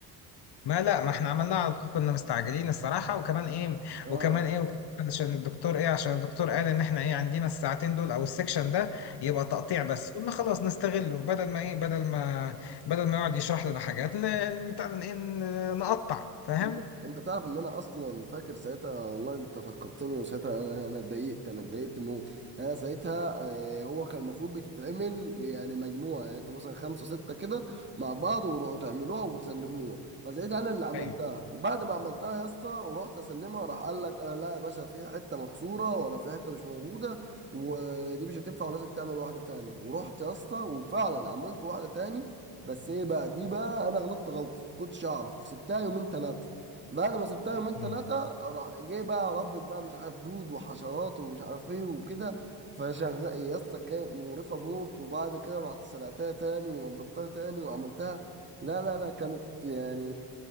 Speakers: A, on the left (about 55°); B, on the right (about 25°).
A: ما لا ما احنا عملناه على طول كنا مستعجلين الصراحة وكمان ايه
B: اه
A: وكمان ايه وكمان عشان الدكتور ايه عشان الدكتور قال ان احنا ايه عندنا الساعتين دول او السكشن ده يبقى تقطيع بس قلنا خلاص نستغله بدل ما ايه بدل ما بدل ما يقعد يشرح لنا حاجات ن- بتاع ده ايه ن- نقطع فاهم؟
B: انت انت تعرف ان انا اصلا فاكر ساعتها والله انت فكرتني وساعتها انا انا اتضايقت انا اتضايقت موت انا ساعتها آه، هو كان المفروض بتتعمل يعني مجموعه يعني انتوا مثلا خمسه سته كده مع بعض وروحوا تعملوها وتسلموها فساعتها انا اللي عملتها
A: ايوه
B: وبعد ما عملتها يا اسطى ورحت اسلمها راح قال لك آه لا يا باشا في حته مكسوره ولا في حته مش موجوده ودي مش هتنفع ولازم تعمل واحده تاني ورحت يا اسطى وفعلا عملت واحده تاني بس ايه بقى دي بقى انا غلطت غلطه كنتش اعرف سبتها يومين ثلاثه بعد ما سبتها يومين
A: مم.
B: تلاتة راح جاي بقى ربت بقى مش عارف دود وحشرات ومش عارف ايه وكده فشغل يا اسطى كانت مقرفة موت وبعد كده رحت سلقتها تاني ونضفتها تاني وعملتها لا لا لا كانت يعني